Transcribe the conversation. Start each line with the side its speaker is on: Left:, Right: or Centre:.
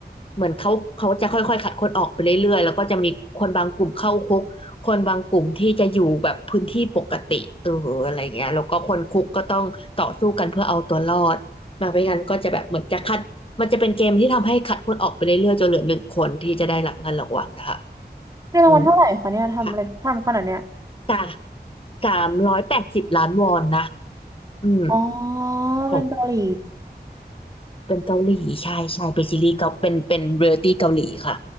Left: เหมือนเขาเขาจะค่อยๆคัดคนออกไปเรื่อยๆแล้วก็จะมีคนบางกลุ่มเข้าคุกคนบางกลุ่มที่จะอยู่แบบพื้นที่ปกติเอออะไรเงี้ยแล้วก็คนคุกก็ต้องต่อสู้กันเพื่อเอาตัวรอด แบบไม่งั้นก็จะแบบเหมือนจะคัดมันจะเป็นเกมที่ทำให้คัดคนออกไปเรื่อยๆจนเหลือหนึ่งคนที่จะได้รับเงินรางวัลนะคะ
Right: ในรางวัลเท่าไหร่คะเนี่ยทำอะไรทำขนาดเนี้ย
Left: อืมค่ะจากสามร้อยแปดสิบล้านวอนนะอืม
Right: อ๋อเป็นเกาหลี
Left: ของเป็นเกาหลีใช่ใช่เป็นซีรีส์เกาเป็นเป็นเรียลตี้เกาหลีค่ะ